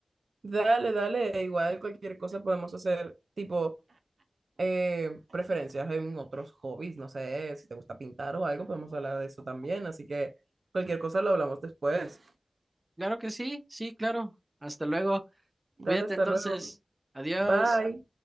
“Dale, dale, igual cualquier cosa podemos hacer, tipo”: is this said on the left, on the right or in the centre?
Right